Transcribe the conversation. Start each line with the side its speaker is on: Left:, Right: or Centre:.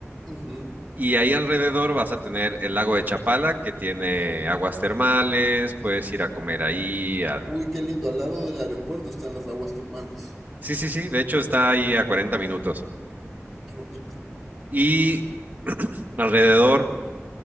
Centre: Ujú.
Right: Y ahí alrededor vas a tener el lago de Chapala, que tiene aguas termales, puedes ir a comer ahí al...
Centre: Uy, qué lindo, al lado del aeropuerto están las aguas termales.
Right: Sí, sí, sí, de hecho está ahí a 40 minutos.
Centre: Qué bonito.
Right: Y <clears throat> alrededor